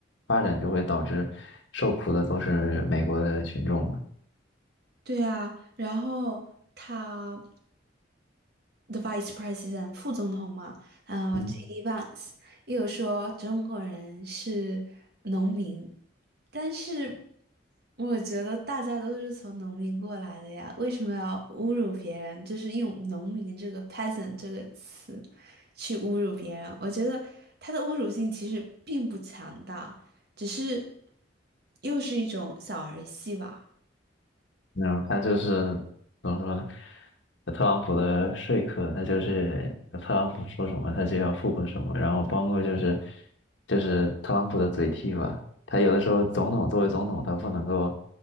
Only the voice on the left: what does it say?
发展就会导致受苦的都是美国的群众嘛。
嗯
没有，他就是怎么说呢？特朗普的说客，他就是特朗普说什么，他就要附和什么，然后包括就是就是特朗普的嘴替吧，他有的时候总统作为总统，他不能够